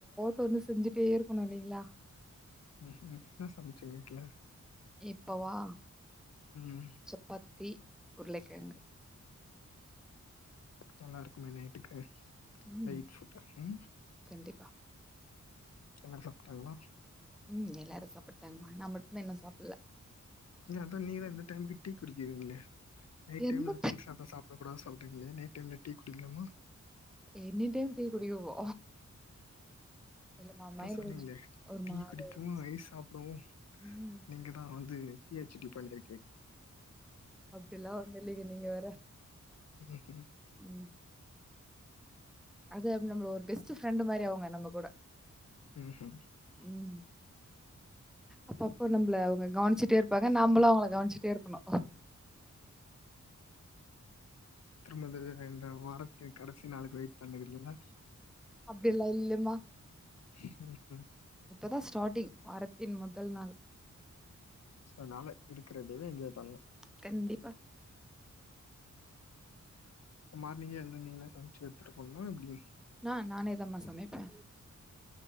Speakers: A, in the centre; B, on the left.
A: தொன்னு செஞ்சுட்டே இருக்கணு இல்லைங்ளா
B: ம் ம் என்ன சமைச்சிங்க வீட்ல
A: இப்பவா
B: ம்
A: சப்பாத்தி உருளகிழங்கு
B: நல்லாருக்குமே நைட்டுக்கு
A: ம்
B: லைட் ஃபுட் ம்
A: கண்டிப்பா
B: எல்லா சாப்ட்டாங்ளா
A: ம் எல்லாரு சாப்ட்டுட்டாங்க நா மட்டு தா இன்னு சாப்ட்ல
B: நீ அதா நீங்கதா இந்த டைமுக்கு டீ குடிக்குவீங்ளே நைட்
A: என்ன
B: டைம்ல தயிர் சாப்பாடு சாப்புட கூடா சொல் டங்ளே நைட் டைம்ல டீ குடிக்லாமா
A: எனி டைம் டீ குடிக்கவோ இல்லமா மைண்ட்
B: தோ சொன்னீங்ளே
A: கொஞ்ச ஒரு
B: டீ
A: மாரியா
B: குடிக்குவு
A: இருக்கு
B: ஐஸ் சாப்டுவோ
A: ம்
B: நீங்க தா வந்து பிஹெச்டி பண்ணிரு
A: அப்பில்லா ஒன்னுல்லிங்க நீங்க வேற
B: இதுக்கு
A: ம் அது அம் நம்மள ஒரு பெஸ்டு ஃப்ரெண்டு் மாரி அவுங்க நம்ம கூட
B: ம் ஹு
A: ம். அப்பப்போ நம்ப்ள அவுங்க கவ்னிச்சிட்டேரு பக நம்பளு அவுங்ள கவனிச்சிட்டே இருக்குணு
B: திரும்ம இந்த வே இந்த வாரத்தி கடசி நாளுக் வெயிட் பண்ணுக்குறீங்ளா
A: அப்டி எல்லா இல்லெம்மா
B: ம் ஹு
A: இப்பதா ஸ்டாட்டிங் வாரத்தின் முதல் நாள்
B: சோ அத்னால இருக்குற டேவ என்ஜாய் பண்ணணு
A: தெண்டிப்பா
B: இப்ப மார்னிங்கே எழுந்து நீங்ளா சம்ச்சு எட்த்துட்டு போணுமா எப்டி
A: நா நானே தமா சமைப்பே